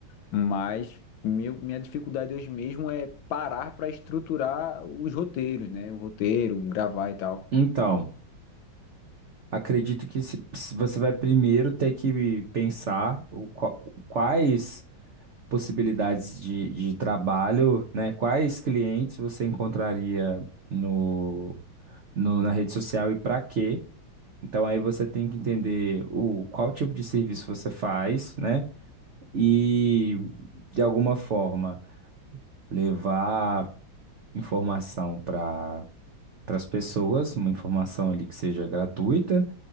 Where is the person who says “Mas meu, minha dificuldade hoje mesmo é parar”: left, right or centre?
Left